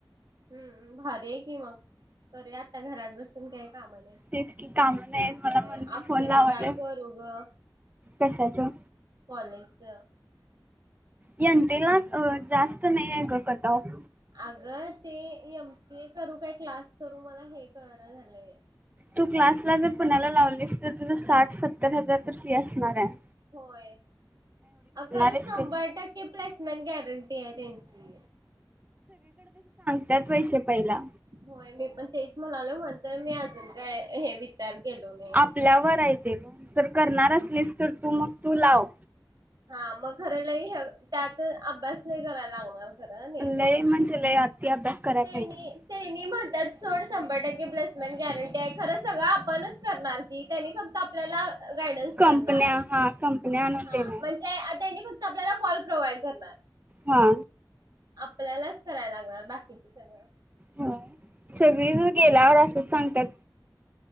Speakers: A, on the right; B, on the right.
A: हम्म भारी आहे की मग करूया आता घरात बसून काय. काम नाहीत.
B: तेच की काम नाही मला
A: <unintelligible>
B: म्हणून फोन लावले
A: मी काय करू ग
B: कशाचं
A: कॉलेजच
B: यनतेला जास्त नाही आहे ग कट ऑफ.
A: अग ते एम सी ए करू काय क्लास करू मला हे कळना झालंय.
B: तू क्लासला जर कोणाला लावलीस तर तुझ साठ सत्तर हजार तर फी असणार हाय.
A: होय अगं खरं
B: आहेस
A: शंभर
B: ते
A: टक्के प्लेसमेंट गॅरंटी ते तेचि
B: त्यात पैसे पहिला
A: होय मी पण तेच म्हणालोय म्हणून तर मी अजून काय हे विचार केलो नाही.
B: आपल्यावरय जर करणारच असलीस तर तू मग तू लाव.
A: हा मग खर लही त्यात अभ्यास नाही करायला लागणार.
B: लय म्हणजे लय अति अभ्यास करायला
A: तेनी
B: पाहिजे
A: तेनी म्हणत्यात सोड. शंभर टक्के प्लेसमेंट गॅरंटी आहे खरं सगळं आपणच करणार की त्यांनी फक्त आपल्याला गायडन्स
B: कंपन्या
A: करणार.
B: हा कंपन्या आणून
A: हा
B: देणार.
A: म्हणजे आता यांनी फक्त आपल्याला कॉल प्रोव्हाइड करणार
B: हा
A: आपल्यालाच करायला लागणार. किती सगळ
B: हो सगळी ज गेल्यावर असंच सांगत्यात